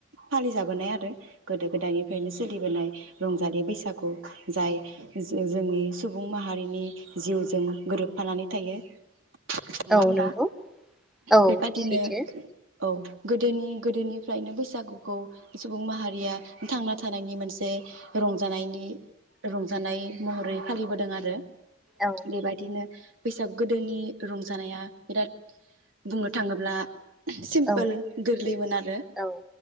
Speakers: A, on the right (about 90°); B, in the centre.
A: फालिजाबोनाय आरो गोदो गोदायनिफ्रायनो सोलिबोनाय रंजालि बैसागु जाय जोंनि सुबुं माहारिनि जिउजों गोरोबफानानै थायो नङा
B: औ
A: होमबा
B: नंगौ औ
A: बेबादिनो
B: सैथो
A: औ गो गोदोनि गोदोनिफ्रायनो बैसागुखौ सुबुं माहारिया थांना थानायनि मोनसे रंजानायनि रंजा जानाय महरै फालिबोदों आरो
B: औ
A: बेबायदिनो बैसाग गोदोनि रंजानाया बिराद बुंनो थाङोब्ला सिमपोल
B: औ
A: गोरलैमोन आरो
B: औ